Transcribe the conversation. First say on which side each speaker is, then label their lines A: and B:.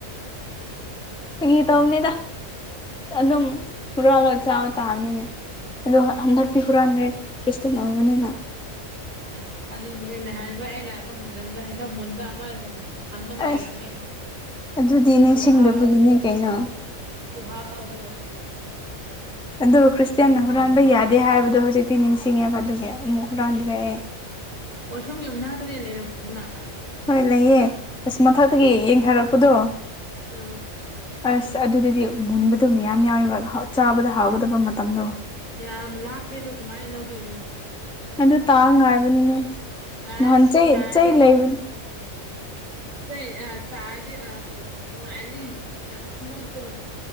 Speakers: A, in the centre; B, on the right (about 75°).
A: ꯐꯒꯤ ꯇꯧꯕꯅꯤꯗ ꯑꯗꯨꯝ ꯍꯨꯔꯥꯜꯂꯒ ꯆꯥꯕ ꯇꯥꯕꯅꯤꯅꯦ ꯑꯗꯣ ꯍꯟꯗꯛꯇꯤ ꯍꯨꯔꯥꯟꯈꯔꯦ ꯈ꯭ꯔꯤꯁꯇꯦꯟ ꯑꯣꯏꯕꯅꯤꯅ
B: ꯑꯁ ꯆꯥꯅꯤꯡꯉꯤꯍꯦ ꯅꯍꯥꯟꯈꯣꯏ ꯑꯩ ꯂꯥꯛꯄ ꯃꯇꯝꯗ ꯍꯩꯅꯧ ꯃꯨꯟꯕ ꯑꯃ ꯑꯗꯨꯗꯤ ꯊꯝꯂꯒ ꯂꯩꯔꯝꯃꯦ
A: ꯑꯁ ꯑꯗꯨꯗꯤ ꯅꯤꯡꯁꯤꯡꯗꯕꯒꯤꯅꯤ
B: ꯈꯨꯍꯥꯎꯗꯣ
A: ꯀꯩꯅꯣ
B: ꯈꯨꯍꯥꯎ ꯍꯥꯎꯗꫭ
A: ꯑꯗꯨ ꯈ꯭ꯔꯤꯁꯇꯦꯟꯅ
B: ꯌꯥꯝ ꯍꯥꯎꯔꯝꯃꯦ
A: ꯍꯨꯔꯥꯟꯕ ꯌꯥꯗꯦ ꯍꯥꯏꯕꯗꯣ ꯍꯧꯖꯤꯛꯇꯤ ꯅꯤꯡꯁꯤꯡꯉꯦꯕ ꯑꯗꯨꯒꯤ ꯑꯃꯨꯛ ꯍꯨꯔꯥꯟꯗ꯭ꯔꯦ
B: ꯎꯝ
A: ꯑꯩ
B: ꯋꯥꯁꯔꯨꯝꯒꯤ ꯃꯅꯥꯛꯇꯅꯦ ꯂꯩꯔꯝꯃꯤꯗꯨꯅ
A: ꯍꯣꯏ ꯂꯩꯌꯦ ꯑꯁ ꯃꯊꯛꯇꯒꯤ ꯌꯦꯡꯊꯔꯛꯄꯗꯣ
B: ꯎꯝ
A: ꯑꯁ ꯑꯗꯨꯗꯤ ꯃꯨꯟꯕꯗꯨ ꯃꯌꯥꯝ ꯌꯥꯎꯋꯦꯕ ꯆꯥꯕꯗ ꯍꯥꯎꯒꯗꯕ ꯃꯇꯝꯗꯣ
B: ꯌꯥꯝ ꯂꯥꯞꯄꯦꯗꯣ ꯀꯃꯥꯏ ꯂꯧꯗꯣꯏꯅꯣ
A: ꯑꯗꯨ ꯇꯥ ꯉꯥꯏꯕꯅꯤꯅꯦ
B: ꯑꯁ
A: ꯅꯍꯥꯟ ꯆꯩ
B: ꯇꯥꯔꯗꯤ
A: ꯆꯩ ꯂꯩꯕꯅꯦ
B: ꯑ ꯆꯩ ꯑꯥ ꯇꯥꯔꯗꯤ ꯑ ꯅꯨꯡꯉꯥꯏꯔꯅꯤ ꯌꯥꯝ ꯈꯨꯃꫭꯠꯇꫭ